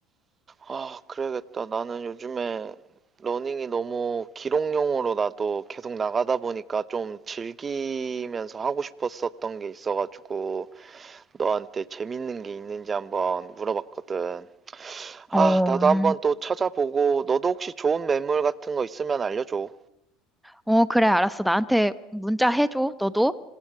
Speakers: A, on the right (about 30°); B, in the centre.
A: 아, 그래야겠다. 나는 요즘에 러닝이 너무 기록용으로 나도 계속 나가다 보니까 좀 즐기면서 하고 싶었었던 게 있어가지고 너한테 재밌는 게 있는지 한번 물어봤거든. 아,
B: 어,
A: 나도
B: 음.
A: 한번 또 찾아보고 너도 혹시 좋은 매물 같은 거 있으면 알려줘.
B: 어, 그래, 알았어. 나한테 문자 해줘, 너도.